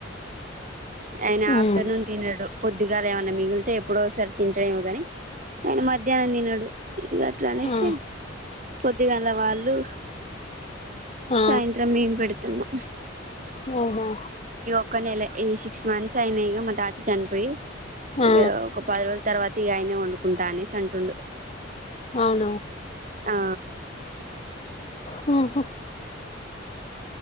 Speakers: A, on the right; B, on the left.
A: అయిన
B: ఉమ్
A: ఆఫ్టర్నూన్ తినడు పొద్ ద్దుగల ఏమన్నా మిగిలితే ఎప్పుడోఒసారి తింటడేమో గని ఆయిన మధ్యాహ్నం తినాడు ఇంగ అట్లా అనేసి
B: ఆ
A: పొద్దుగాల వాళ్ళు
B: ఆ
A: సాయంత్రం మేం పెడుతున్నాం
B: అవునాా
A: ఒక నెల ఏ సిక్స్ మంత్స్ అయినాయిక మా తాత చనిపోయి
B: ఆ
A: ఇక ఒక పది రోజుల తర్వాత ఇ ఆయనే వండు కుంటానే స అంటుండు
B: అవునా
A: ఆ
B: హ